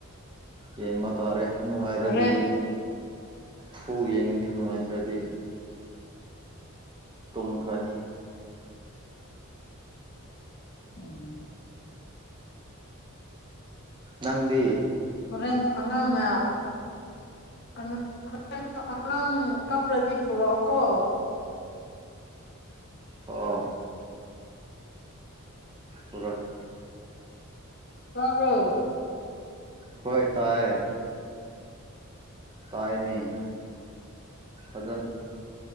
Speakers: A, on the right; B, on the left.
A: ꯌꯦꯡꯕ ꯇꯥꯔꯦ ꯅꯨꯡꯉꯥꯏꯔꯗꯤ
B: ꯍꯣꯔꯦꯟ
A: ꯐꯨꯜ ꯌꯦꯡꯒꯅꯤ ꯅꯨꯡꯉꯥꯏꯇ꯭ꯔꯥꯗꯤ ꯇꯨꯝꯈ꯭ꯔꯥꯅꯤ
B: ꯎꯝ
A: ꯅꯪꯗꯤ
B: ꯍꯣꯔꯦꯟ ꯑꯉꯥꯡꯅ ꯑꯉꯥꯡ <unintelligible> ꯑꯉꯥꯡ ꯀꯞꯔꯗꯤ ꯄꯨꯔꯛꯑꯣ ꯀꯣ
A: ꯍꯣ ꯄꯨꯨꯔꯛ
B: ꯇꯥꯕ꯭ꯔꯣ
A: ꯍꯣꯏ ꯇꯥꯏ ꯇꯥꯏꯅꯦ ꯐꯖꯟ